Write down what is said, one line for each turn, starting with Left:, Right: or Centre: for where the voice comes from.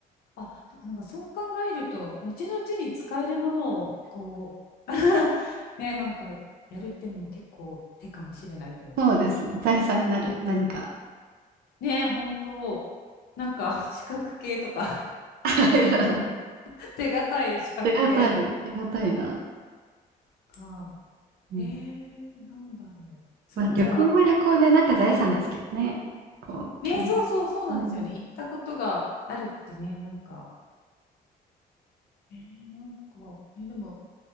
Left: あ、そっか、なんかそう考えると、後々に使えるものを、こう、<laughs> ね、なんかやるっていうのも結構手かもしれないと思って。
Right: そうですね。財産になる何か。
Left: ね、本当なんか資格系とか
Right: <laughs>
Left: <laughs> 手堅い資格系
Right: 手堅い、手堅いな。
Left: か。
Right: うん。
Left: えー、なんだろう。そっか、
Right: まあ旅行は旅行でなんか財産ですけどね。
Left: じゃあ、
Right: こう、きうん
Left: ね、そうそうそうなんですよね。行ったことがあるってね、なんか、えー、なんか、えーでも、